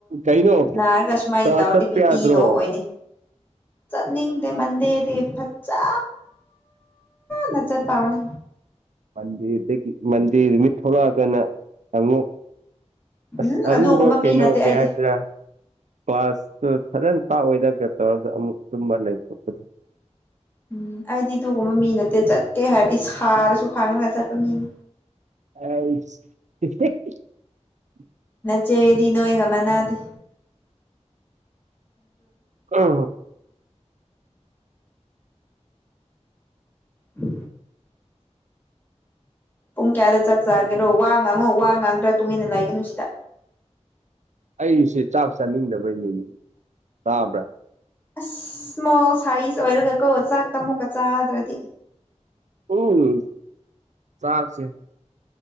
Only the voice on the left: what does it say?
ꯅꯥꯔꯒ ꯁꯨꯃꯥꯏꯅ
ꯇꯧꯔꯗꯤ
ꯕꯤꯄꯤꯗꯣ
ꯑꯣꯏꯅꯤ ꯆꯠꯅꯤꯡꯗ ꯃꯗꯗ ꯐꯠꯇꯥ ꯅꯆꯠ ꯄꯥꯎꯅ
ꯎꯝ
ꯑꯗꯨꯒꯨꯝꯕ
ꯃꯤ ꯅꯠꯇꯦ
ꯑꯩꯗꯤ
ꯎꯝ ꯑꯩꯗꯤ ꯑꯗꯨꯒꯒꯨꯝꯕ ꯃꯤ ꯅꯠꯇꯦ ꯆꯠꯀꯦ ꯍꯥꯏꯔꯗꯤ ꯁꯥꯔꯁꯨ ꯈꯥꯡꯉꯒ ꯆꯠꯄ ꯃꯤꯅꯤ
ꯆꯦꯗꯤ ꯅꯣꯒ ꯃꯅꯥꯗꯤ
ꯎ ꯄꯨꯡ ꯀꯌꯥꯗ ꯆꯥꯛ ꯆꯥꯒꯦꯔꯣ ꯋꯥ ꯉꯥꯡꯉꯣ ꯋꯥ ꯉꯥꯡꯗ꯭ꯔꯥ ꯇꯨꯃꯤꯟꯅ ꯂꯩꯒꯅꯨ ꯁꯤꯗ
ꯑꯁ ꯏꯁꯃꯣꯜ ꯁꯥꯏꯖ ꯑꯣꯏꯔꯒ ꯀꯣ ꯆꯥꯛꯇꯃꯨꯛꯀ ꯆꯥꯗ꯭ꯔꯗꯤ